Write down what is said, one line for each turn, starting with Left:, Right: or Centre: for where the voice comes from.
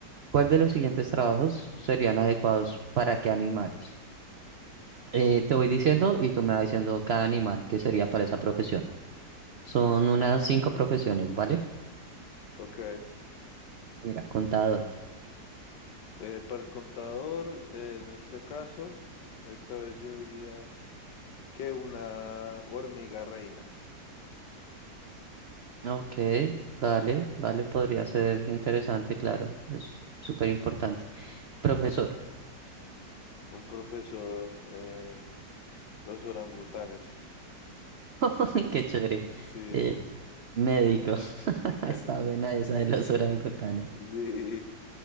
Right: ¿cuál de los siguientes trabajos serían adecuados para qué animales? Eh, te voy diciendo y tú me vas diciendo cada animal que sería para esa profesión. Son unas cinco profesiones, ¿vale?
Left: Ok.
Right: Mira, contador.
Left: Eh, para el contador, eh, en este caso, esta vez yo diría que una hormiga reina.
Right: Ok, vale,
Left: ¿sí?
Right: vale, podría ser interesante, claro, es súper importante. Profesor,
Left: Un profesor, eh, los orangutanes.
Right: <laughs> qué chévere.
Left: Sí.
Right: Eh, médico, <laughs>
Left: <laughs>
Right: está buena esa de los orangutanes.
Left: De